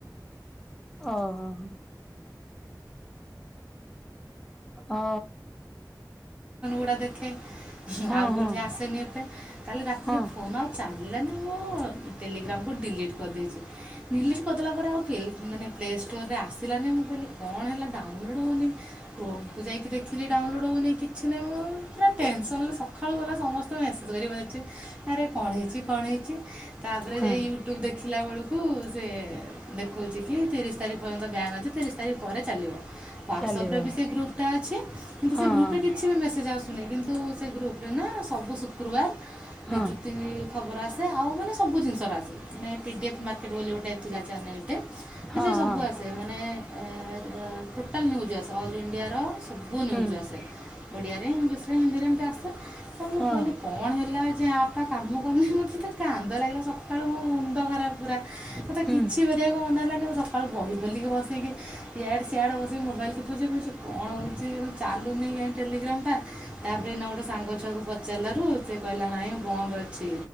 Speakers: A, in the centre; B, on the right (about 15°).
A: ଓହୋ ଓ
B: <inaudible> <inaudible> <inaudible> <inaudible>
A: ହଁ ହଁ
B: <inaudible>
A: ହଁ
B: <inaudible> <inaudible> ପୁରା <inaudible> <inaudible>
A: ହଁ
B: <inaudible> <inaudible>
A: ଚାଲିବ ହଁ ହଁ
B: <inaudible> <inaudible>
A: ହଁ
B: <inaudible>
A: ହଁ ହଁ
B: <inaudible> ନ୍ୟୁଜ୍
A: ହୁଁ।
B: <inaudible>
A: ହଁ
B: <inaudible>
A: ହୁଁ
B: <inaudible> <inaudible> ଚାଲାରୁ ସେ କହିଲା ନାଇଁ ବନ୍ଦ ଅଛି